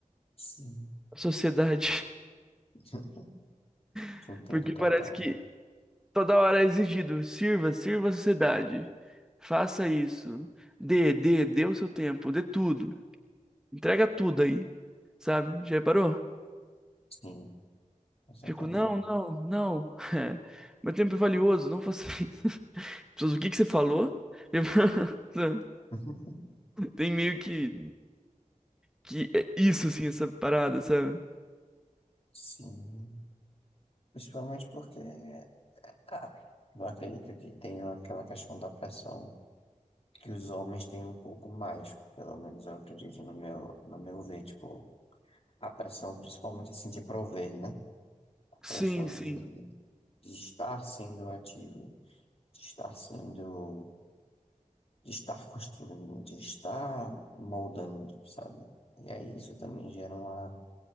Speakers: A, on the left (about 45°); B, in the centre.
A: Sim.
B: A sociedade.
A: Sim.
B: <laughs>
A: Entendo
B: Porque
A: total.
B: parece que toda hora é exigido: sirva, sirva a sociedade. Faça isso. Dê, dê, dê o seu tempo, dê tudo. Entrega tudo aí, sabe? Já reparou?
A: Sim, exatamente.
B: Fico, não, não, não. <laughs> Meu tempo é valioso, não faça <laughs> isso. As Pessoas, o que que você falou? Eu- <laughs> sabe?
A: <laughs>
B: Tem meio que, que é isso, assim, essa parada, sabe?
A: Sim. Principalmente porque, é, ah, eu acredito que tem aquela questão da pressão que os homens têm um pouco mais, pelo menos eu acredito no meu, no meu ver, tipo, a pressão principalmente assim, de prover, né? A pressão
B: Sim, sim.
A: de, de estar sendo ativo, de estar sendo, de estar construindo, de estar moldando, sabe? E aí isso também gera uma